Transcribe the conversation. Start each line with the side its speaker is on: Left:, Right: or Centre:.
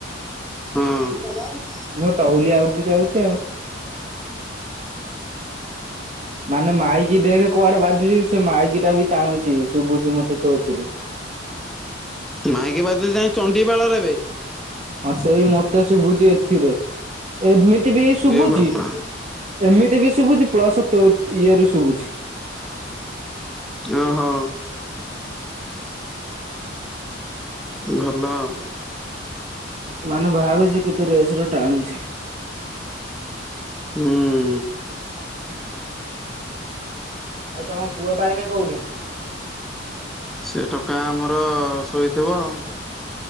Centre: ହଁ
Right: ମୋ ତଉଲିଆ ଉଡି ଯାଉଛି ଆଉ। ମାନେ ମାଇକି ଦେଖ କୁଆଡେ ବାଜୁଜିସି? ସେ ମାଇକିଟା ବି ଟାଣୁଛି ଶୁଭୁଛି ମତେ ତୋଥିରେ।
Centre: ମାଇକି ବାଜୁଛି ଯାଇଁ ଚଣ୍ଡିପାଳରେ ବେ।
Right: ହଁ ସେଇ ମତେ ଶୁଭୁଛି ଏଥିରେ, ଏମିତି ବି ଶୁଭୁଛି।
Centre: ଏ ବାବା
Right: ଏମିତି ବି ଶୁଭୁଛି ପ୍ଲସ୍ ତୋତ୍ ଇଏରୁ ଶୁଭୁଛି।
Centre: ଓହୋ। ଭଲ ଆଉ।
Right: ମାନେ ଭାବେ ସେ କେତେ ରେସ୍ ର ଟାଣୁଛି।
Centre: ହୁଁ
Right: ହ ଆଉ ତମ ପୁଅଟା ଏଇନେ କୋଉଠି?
Centre: ସେ ଟୋକା ଆମର ଶୋଇଥିବ ଆଉ,